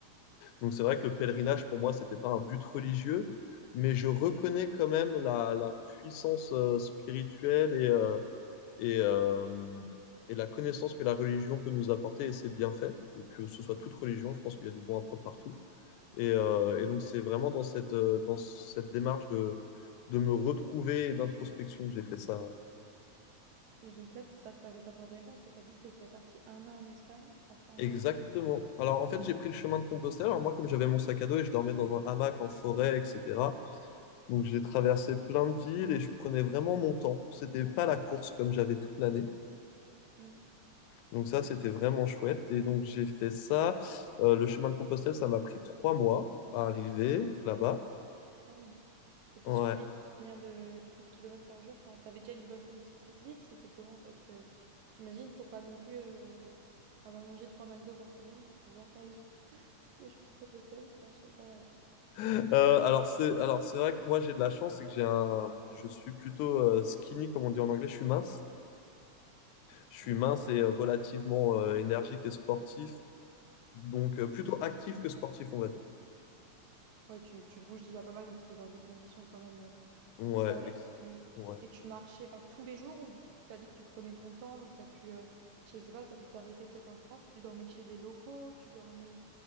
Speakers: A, on the left (about 80°); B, on the right (about 75°).
A: Donc c'est vrai que le pèlerinage, pour moi, c'était pas un but religieux, mais je reconnais quand même la, la puissance euh, spirituelle et, euh, et, euh, et la connaissance que la religion peut nous apporter et ses bienfaits, que ce soit toute religion, je pense qu'il y a du bon à prendre partout. Et, euh, et donc c'est vraiment dans cette, euh, dans cette démarche de, de me retrouver et d'introspection que j'ai fait ça.
B: Et donc là, t- ça, t'as fait ça pendant combien de temps? Parce que t'as dit que t'étais partie un an en Espagne, après un
A: Exactement.
B: an en Inde.
A: Alors en fait, j'ai pris le chemin de Compostelle. Alors moi, comme j'avais mon sac à dos et je dormais dans un hamac en forêt, etc., Donc j'ai traversé plein de villes et je prenais vraiment mon temps. C'était pas la course comme j'avais toute l'année.
B: Mm.
A: Donc ça, c'était vraiment chouette. Et donc j'ai fait ça. Euh, le chemin de Compostelle, ça m'a pris trois mois à arriver là-bas.
B: Ah oui. T'étais
A: Ouais.
B: sur un rythme
A: <laughs>
B: de combien de du coup de kilomètres par jour? Enfin, t'avais déjà une bonne condition physique, c'était comment? Parce que j'imagine, faut pas non plus euh, avoir mangé trois McDo par semaine pour pouvoir faire le, <laughs> le chemin de Compostelle. Enfin, je sais pas.
A: Euh, alors c'est alors c'est vrai que moi j'ai de la chance, c'est que j'ai un je suis plutôt euh, skinny comme on dit en anglais, je suis mince. Je suis
B: euh.
A: mince et euh, relativement euh, énergique et sportif, donc euh, plutôt actif que sportif, on va dire.
B: Ouais, tu, tu bouges déjà pas mal, donc tu étais dans des conditions quand même euh,
A: Ouais,
B: où ça allait.
A: ex-
B: Et tu,
A: ouais.
B: et tu marchais enfin, tous les jours ou du coup, tu as dit que tu prenais ton temps, donc tu as pu, euh, je sais pas, tu as dû t'arrêter peut-être en France, tu dormais chez des locaux, tu dormais